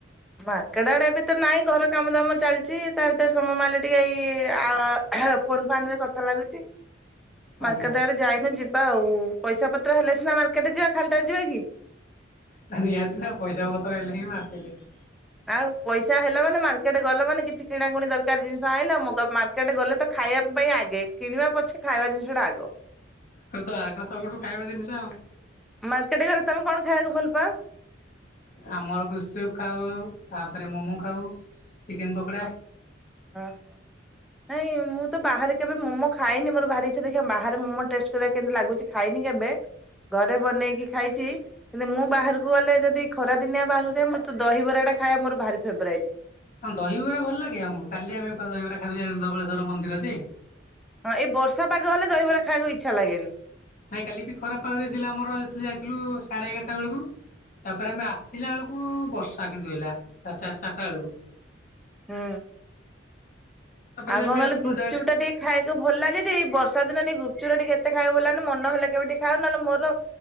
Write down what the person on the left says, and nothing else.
ଆଜ୍ଞା
ତା ନିହାତି ନା ପଇସା ପତ୍ର ହେଲେ ହିଁ ମାର୍କେଟିଙ୍ଗ।
ତୋର ତ ଆଗ ସବୁଠୁ ଖାଇବା ଜିନିଷ ଆଉ
ଆମର ଗୁପ୍ ଚୁପ୍ ଖାଉ ତା ପରେ ମୋମୋ ଖାଉ ଚିକେନ ପକୋଡା
ହଁ, ଦହିବରା ଭଲ ଲାଗେ ଆମକୁ କାଲି ଆମେ ପରା ଦହିବରା ଖାଇଲୁ ଯେ ଧବଳେଶ୍ଵର ମନ୍ଦିର ସେ
ନାଇଁ କାଲି ବି ଖରାପ ପାଗ ଦେଇଥିଲା ମୋର ଆଉ ସ୍ତ୍ରୀର ଯାଇଥିଲୁ ସାଢେ ଏଗାରଟା ବେଳକୁ ତା ପରେ ଆମେ ଆସିଲା ବେଳକୁ ବର୍ଷା କିନ୍ତୁ ହେଲା ଚାରିଟା, ଚାରିଟା ବେଳକୁ
ତାପରେ
ଆମେ
ଆସିଲୁ
ଡାଇରେକ୍ଟ